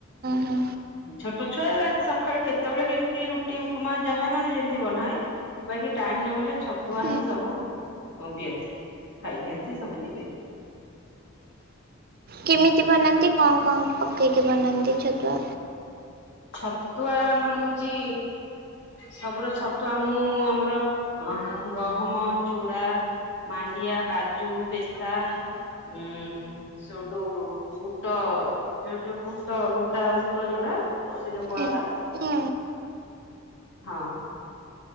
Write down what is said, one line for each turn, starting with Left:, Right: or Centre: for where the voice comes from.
Right: ହୁଁ ହୁଁ
Left: ଛୋଟ ଛୁଆ ସକାଳୁ କେତେ କେତେବେଳେ କେମିତି ରୁଟି ଉପମା ଯାହା ମାନେ ଯେମିତି ବନାଏ ବାକି ଟାଇମ ନହେଲେ ଛତୁଆ
Right: ହୁଁ
Left: ହିଁ
Right: ହୁଁ।
Left: ସବୁ ପିଅନ୍ତି ଖାଇଦିଅନ୍ତି ସବୁ ଯିବେ।
Right: କେମିତି
Left: ହୁଁ
Right: ବନାନ୍ତି? କଣ କଣ ପକେଇକି ବନାନ୍ତି ଛତୁଆ?
Left: ଛତୁଆ ଆମର ହଉଛି ସବୁର ଛତୁଆ ମୁଁ ଆମର ଗହମ ଚୁଡା ମାଣ୍ଡିଆ କାଜୁ ପେସ୍ତା ଉ ସେଉଠୁ ବୁଟ ଯୋଉ ଯୋଉ ବୁଟ ଗୋଟା ବୁଟ ଯୋଉଟା ତ ସେ ଯୋଉ କଳାର
Right: ହୁଁ ହୁଁ
Left: ହଁ।